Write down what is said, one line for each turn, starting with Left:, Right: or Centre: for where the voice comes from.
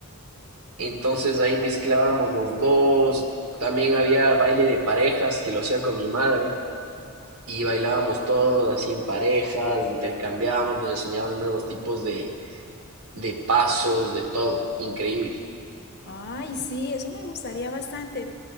Right: Entonces ahí mezclábamos los dos. También había baile de parejas que lo hacía con mi madre. Y bailábamos todos así en parejas, intercambiábamos, nos enseñaban nuevos tipos de, de pasos, de todo. Increíble.
Left: Ay, sí, eso me gustaría bastante.